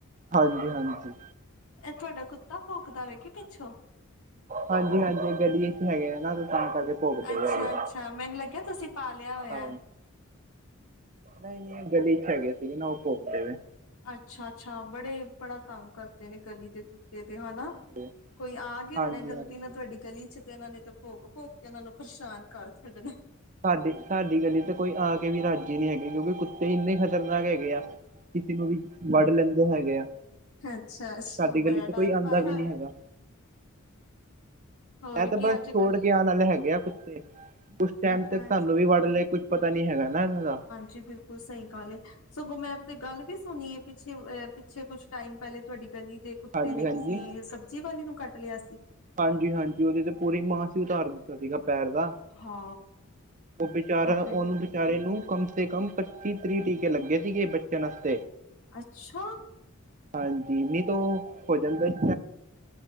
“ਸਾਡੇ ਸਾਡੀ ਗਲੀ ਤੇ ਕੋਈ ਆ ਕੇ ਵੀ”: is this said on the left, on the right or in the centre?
Right